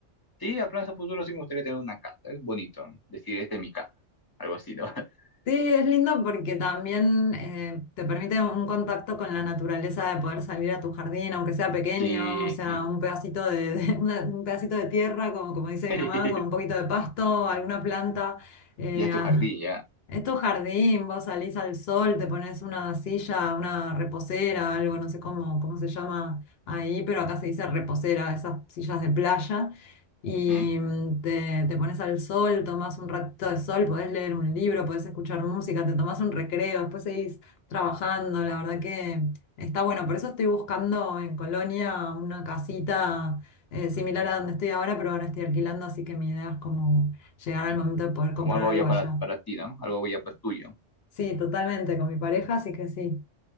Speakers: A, on the left; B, on the left.
A: sí, a planes a futuro sí me gustaría tener una casa, es bonito, ¿no? decir, este es mi casa, algo así, ¿no? <laughs>
B: Sí, es lindo porque también eh, te permite un contacto con la naturaleza de poder salir a tu jardín, aunque sea pequeño,
A: Sí,
B: o sea,
A: sí.
B: un pedacito de, de- <laughs> una- un pedacito de tierra, como, como dice
A: <laughs>
B: mi mamá, con un poquito de pasto, alguna planta. eh,
A: Ya es tu jardín, ya.
B: Esto jardín, vos salís al sol, te pones una silla, una reposera, algo, no sé cómo, cómo se llama ahí, pero acá se dice reposera, esas sillas de playa, y
A: Ujú.
B: mm, te, te pones al sol, tomás un ratito de sol, podés leer un libro, podés escuchar música, te tomás un recreo, después seguís trabajando, la verdad que está bueno. Por eso estoy buscando en Colonia una casita eh, similar a donde estoy ahora, pero ahora estoy alquilando, así que mi idea es como llegar al momento de poder comprar
A: Como algo
B: algo
A: ya para,
B: allá.
A: para ti, ¿no? Algo ya para tuyo.
B: Sí, totalmente, con mi pareja, así que sí.